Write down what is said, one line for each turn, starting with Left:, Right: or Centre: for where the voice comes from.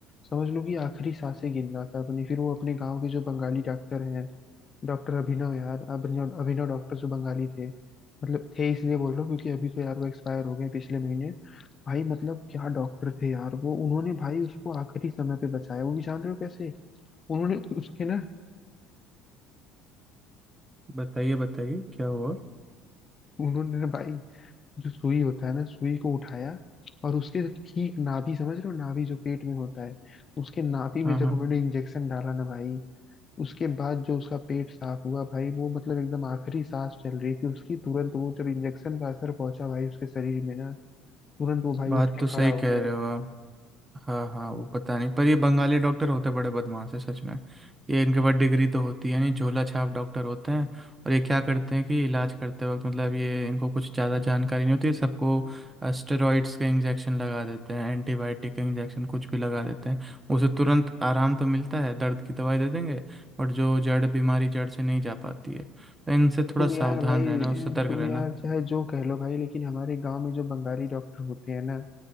Left: समझ लो कि आखिरी सांसें गिन रहा था अपनी फिर वो अपने गाँव के जो बंगाली डॉक्टर हैं डॉक्टर अभिनव यार अभिनव अभिनव डॉक्टर जो बंगाली थे मतलब थे इसलिए बोल रहा हूँ क्योंकि अभी तो यार वो एक्सपायर हो गए पिछले महीने भाई मतलब क्या डॉक्टर थे यार वो उन्होंने भाई उसको आखिरी समय पे बचाया वो भी जान रहे हो कैसे उन्होंने उसके ना
Right: बताइए बताइए क्या हुआ
Left: उन्होंने ना भाई जो सुई होता है ना सुई को उठाया और उसके ठीक नाभि समझ रहे हो नाभि जो पेट में होता है उसके नाभि में
Right: हाँ
Left: जब
Right: हाँ
Left: उन्होंने इंजेक्शन डाला ना भाई उसके बाद जो उसका पेट साफ हुआ भाई वो मतलब एकदम आखिरी सांस चल रही थी उसकी तुरंत वो जब इंजेक्शन का असर पहुंचा भाई उसके शरीर में ना तुरंत वो भाई
Right: बात
Left: उठ के
Right: तो सही
Left: खड़ा हो
Right: कह
Left: गया
Right: रहे हो हाँ हाँ वो पता नहीं पर ये बंगाली डॉक्टर होते बड़े बदमाश है सच में ये इनके पास डिग्री तो होती है नहीं झोला छाप डॉक्टर होते हैं और ये क्या करते हैं कि इलाज करते वक्त मतलब ये इनको कुछ ज़्यादा जानकारी नहीं होती है सबको स्टेरॉइड्स के इंजेक्शन लगा देते हैं एंटीबायोटिक के इंजेक्शन कुछ भी लगा देते हैं उसे तुरंत आराम तो मिलता है दर्द की दवाई दे देंगे बट जो जड़ बीमारी जड़ से नहीं जा पाती है तो इनसे थोड़ा
Left: तुम
Right: सावधान
Left: यार भाई
Right: रहना और सतर्क
Left: तुम
Right: रहना
Left: यार चाहे जो कह लो भाई लेकिन हमारे गांव में जो बंगाली डॉक्टर होते हैं ना